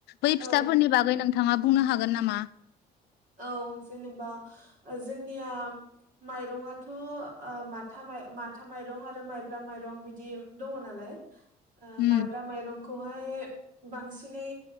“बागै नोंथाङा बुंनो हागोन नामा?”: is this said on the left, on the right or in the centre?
Left